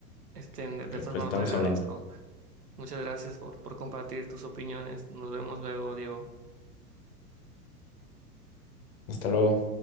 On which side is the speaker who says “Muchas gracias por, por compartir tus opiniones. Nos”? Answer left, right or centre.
Right